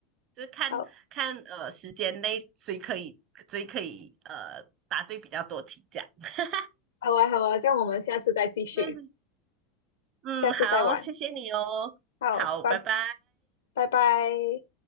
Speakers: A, on the right (about 45°); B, on the left (about 75°).
A: 就是看看呃时间内谁可以谁可以呃答对比较多题这样。
B: 好，
A: <laughs>
B: 好啊，好啊，这样我们下次再继续，
A: 嗯嗯，
B: 下次再玩。
A: 好，谢谢你哦。
B: 好，
A: 好，
B: 拜
A: 拜拜。
B: 拜拜。